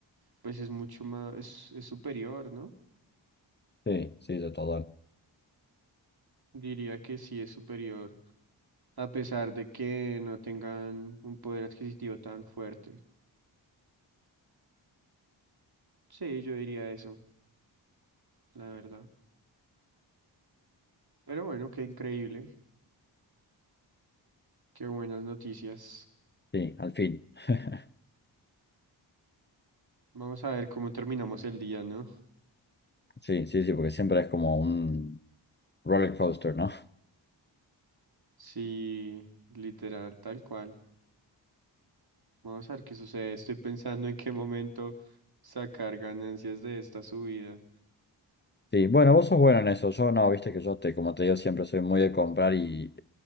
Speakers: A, on the right; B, on the left.
A: pues es mucho más, es, es superior, ¿no?
B: Sí, sí, de todo.
A: Diría que sí es superior, a pesar de que no tengan un poder adquisitivo tan fuerte. Sí, yo diría eso, la verdad. Pero bueno, qué increíble, qué buenas noticias.
B: Sí, al fin. <laughs>
A: Vamos a ver cómo terminamos el día, ¿no?
B: Sí, sí, sí, porque siempre es como un roller coaster, ¿no?
A: Sí, literal, tal cual. Vamos a ver qué sucede. Estoy pensando en qué momento sacar ganancias de esta subida.
B: Sí, bueno, vos sos bueno en eso. Yo no, viste que yo te, como te digo, siempre soy muy de comprar y